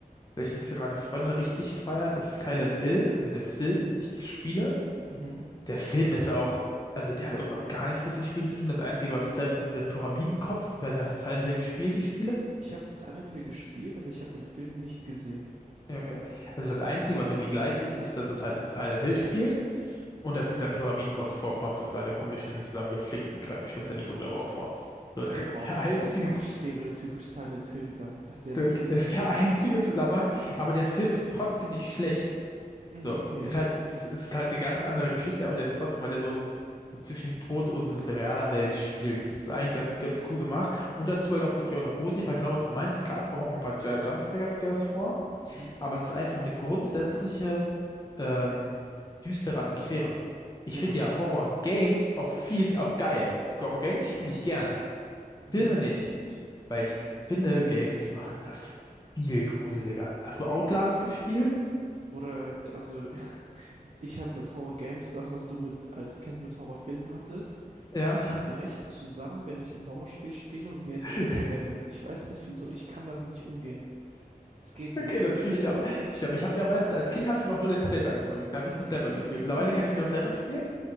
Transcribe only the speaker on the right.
Mhm.
Ich habe Silent Hill gespielt, aber ich habe den Film nicht gesehen.
Mhm.
Ja,
okay,
wow,
das
ist ja einfach
stereotypisch Silent Hill, dann hat ja
wirklich nichts
mehr
zu
tun.
Mhm,
okay.
Mhm.
Ja,
mhm.
Fühle ich.
Oder, also, Ich habe mit Horror Games das, was du mit als Kind mit Horrorfilmen hattest.
Ich breche zusammen, wenn ich ein Horrorspiel spiele und mir etwas
hinterherrennt. Ich weiß nicht wieso, ich kann damit nicht umgehen. Es geht
nicht.
<laughs>